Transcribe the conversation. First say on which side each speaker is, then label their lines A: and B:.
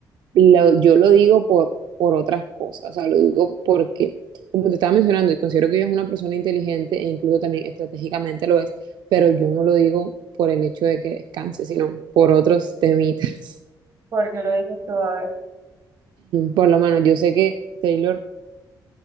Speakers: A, on the right (about 75°); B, on the right (about 45°).
A: lo- yo lo digo por, por otras cosas, o sea, lo digo porque, como te estaba mencionando, considero que ella es una persona inteligente e incluso también estratégicamente lo es, pero yo no lo digo por el hecho de que descanse, sino por otros temitas. <laughs>
B: ¿Por qué lo dices tú? A ver.
A: Por lo menos yo sé que Taylor,